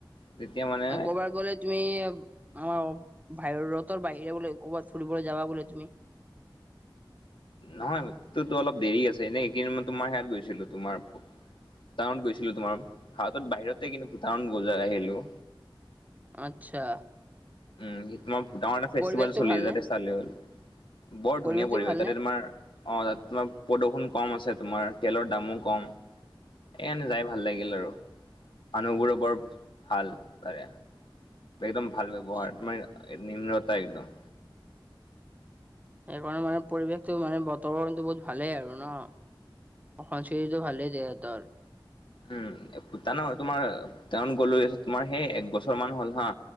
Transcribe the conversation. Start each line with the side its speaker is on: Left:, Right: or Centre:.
Left: তেতিয়া মানে
Right: এ কৰ'বাত গ'লে তুমি আমাৰ ভাইৰতৰ বাহিৰে বোলে ক'ৰবাত ফুৰিবলৈ যাবা বোলে তুমি?
Left: নহয় টোতো অলপ দেৰি আছে এনেই সেইখিন মই তোমাৰ সেয়াত গৈছিলো তোমাৰ টানত গৈছিলো তোমাৰ ভাৰতত বাহিৰতে কিন্তু ভূটান গ জাই আহিলো।
Right: আত্চ্ছা।
Left: উম সেতমত ভুটানৰ এটা ফেষ্টিভেল
Right: পৰিৱেশটো
Left: চলি
Right: ভালনে?
Left: আছে চালে হ'ল। বৰ
Right: পৰিৱেশটো
Left: ধুনীয়া পৰিৱেশ
Right: ভালনে?
Left: তাতে তোমাৰ অ তাত তোমাৰ প্ৰদূষণ কম আছে তোমাৰ, তেলৰ দামো কম, এনে যাই ভাল লাগিল আৰু মানুহবোৰো বৰ ভাল তাৰে একদম ভাল
Right: আচ্ছা
Left: ব্যৱহাৰ তোমাৰ নিম্নতা একদম।
Right: সেইকাৰণে মানে পৰিৱেশটো মানে বতাবৰণটো বহুত ভালেই আৰু ন? সংস্কৃতিতটো ভালেই তেহেঁতৰ।
Left: উম ভূটানৰ তোমাৰ গলৱেছ তোমাৰ সেই এক বছৰ মান হ'ল হা